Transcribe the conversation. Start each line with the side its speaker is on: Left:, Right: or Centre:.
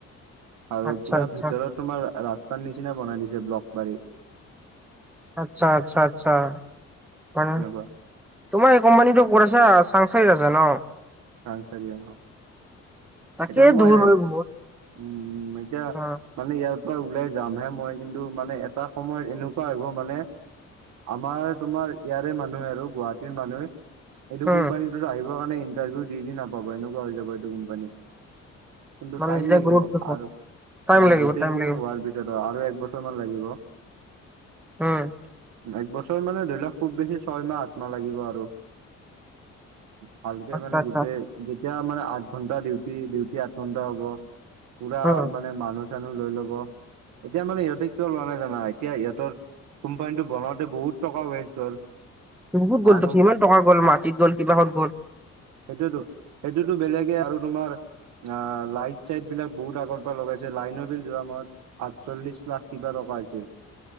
Right: আৰু
Centre: আচ্ছা
Right: পুৰা
Centre: আচ্ছা
Right: ভিতৰত তোমাৰ ৰাস্তাৰ নিচিনা বনাই দিছে ব্লক পাৰী।
Centre: আচ্ছা আচ্ছা আচ্ছা মানে
Right: এনেকুৱা
Centre: তোমাৰ এই কোম্পানীটো ক'ত আছে চাংচাৰিত আছে ন।
Right: চাংচাৰিত অ'।
Centre: তাকে
Right: এতিয়া মই
Centre: দূৰ হয় বহুত
Right: উম, এতিয়া
Centre: উম
Right: মানে ইয়াৰ পৰা ওলাই যামহে মই কিন্তু মানে এটা সময়ত এনেকুৱা আহিব মানে আমাৰ তোমাৰ ইয়াৰে মানুহে আৰু গুৱাহাটীৰ মানুহে এইটো
Centre: উম
Right: কোম্পানীতো আহিবৰ কাৰণে ইণ্টাৰভিউ দি নাপাব এনেকুৱা হৈ যাব এইটো কোম্পানীত। কিন্তু
Centre: মানে
Right: টাইম
Centre: যেতিয়া
Right: লাগিব
Centre: গ্ৰোথ
Right: আৰু
Centre: হ'ব টাইম
Right: অ
Centre: লাগিব
Right: গোটেইখিনি
Centre: টাইম লাগিব
Right: হোৱাৰ পিছত আৰু এক বছৰ মান লাগিব।
Centre: উম।
Right: একবছৰ মানে ধৰি লওক খুব বেছি ছয়মাহ আঠ মাহ লাগিব আৰু। ভালকে
Centre: আচ্ছা
Right: মানে
Centre: আচ্ছা
Right: গোটেই যেতিয়া মানে আঠ ঘন্টা ডিউটি উি আঠ ঘণ্টা হব পুৰা
Centre: উম
Right: মানে মানুহ চানুহ লৈ ল'ব। এতিয়া মানে সিহঁতে কিয় লোৱা নাই জানা এতিয়া ইিহঁতৰ কোম্পানীটো বনাওঁতে বহুত টকা ৱেষ্ট হ'ল।
Centre: বহুত গ'ল
Right: আৰু
Centre: সিমান টকা গ'ল মাটিত গ'ল কিবাহত গ'ল।
Right: সেইটোইতো সেইটোতো বেলেগে আৰু তোমাৰ অ' লাইট চাইট বিলাক বহুত আগৰ পৰা লগাইছে লাইনৰ বিল যোৱা মাহত আঠচল্লিশ লাখ কিবা টকা আ হৈছে।